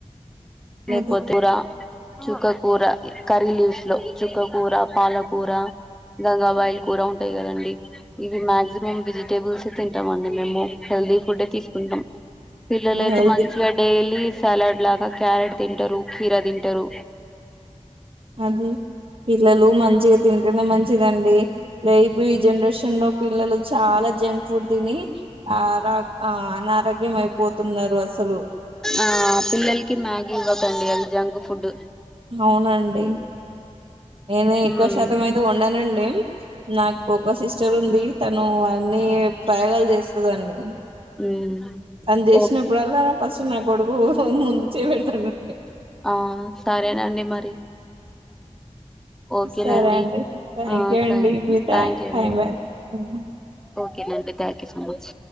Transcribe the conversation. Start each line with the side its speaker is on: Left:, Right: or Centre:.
Centre: లేక్
Right: అదే
Centre: పోతు రా చుక్క కూర కరీ లీఫ్స్ లో చుక్క కూూర పాలకూర గంగాబాయిల్ కూర ఉంటాయి కదండి ఇవి మా్యాక్సిమం వెజిటేబుల్స్ ఏ తింటాం అండి మేము హెల్దీ ఫుడ్ ఏ తీసుకుంటాం పిల్లలయితే
Right: హెల్తీ
Centre: మంచిగా డైలీ సలాడ్ లాగా క్యారెట్ తింటరు కీరా తింటరు
Right: అదే పిల్లలు మంచిగా తింటేనే మంచిదండి రేపు ఈ జనరేషన్ లో పిల్ పిల్లలు చాలా జంక్ ఫుడ్ తిని ఆరగ్ ఆ అనారోగ్య అయిపోతున్నారు అసలు
Centre: ఆ పిల్లలకి మ్యాగీ ఇవ్వకండి అది జంక్ ఫుడ్
Right: అవునండి నేనే ఎక్కువ
Centre: మ్మ్
Right: శాతం అయితే వండనండి నాకు ఒక సిస్టర్ ఉంది తను అన్నీ ప్రయోగాలు చేస్తదండి
Centre: మ్మ్
Right: తను చేసినప్పుడల్లా
Centre: ఓ
Right: ఫస్ట్ నా కొడుకు ముందు చేయి పెడతాడండి
Centre: ఆ సరేనండి మరి ఓకేనండి
Right: సరే అండి థ్యాంక్
Centre: హ
Right: యూ
Centre: స
Right: అండి మీ టై
Centre: థాంక్యూ అండి
Right: టైం
Centre: ఓకే కెనండి థ్యాంక్ యూ సో మచ్